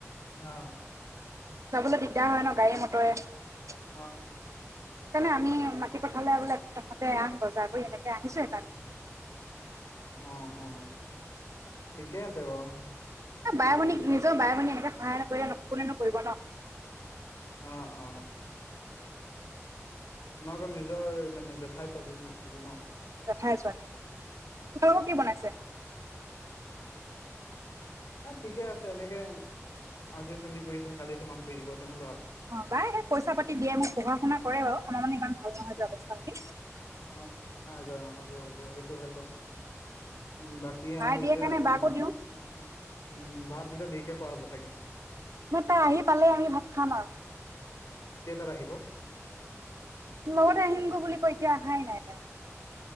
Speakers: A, on the left; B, on the right.
A: আহ
B: যাবলৈ দিগদাৰ হয়, ন গাড়ী মটৰে
A: অ।
B: সেইকাৰণে আমি মাটি পথাৰলৈ বোলে তাহঁতে আন বজাৰ কৰি এনেকে আহিছো সেইকাৰণে।
A: অ-অ, ঠিকে আছে বাৰু।
B: বায়-ভনী, নিজৰ বাই-ভনী এনেে সহায় নকৰিলে ন, ফোনে নকৰিব ন।
A: অ-অ, তোমালোকৰ নিজৰ মানে জেঠাই ছোৱালী নাথাকে ন।
B: হয় ছোৱালী তোমালোকক কি বনাইছে?
A: হ ঠিকে আছে এনেকে আজি তুমি কৰিছা কালি তোমাক কৰি দিব তেনেকুৱা।
B: অ বাই পইচা পাতি দিয়ে মোক পঢ়া শুনা কৰে বাৰু আমাৰ মানে ইমান ভাল নহয় যে অৱস্থা পাতি
A: অ'-অ, ' যা হ'ব-হ'ব সেইটো হয় বাৰু উ' বাকী আৰু
B: বাই দিয়ে
A: এতিয়া
B: কাৰণে বাকো
A: ভাত
B: দিওঁ
A: উ-উ ভাত এতিয়া দেৰিকে খোৱা হ'ব চাগে।
B: মই তাই আহি পালে আমি ভাত খাম আৰু।
A: কেইটাত আহিব।
B: কত আহিম গৈ বুলি কৈ এতিয়া অহাই নাই তাই।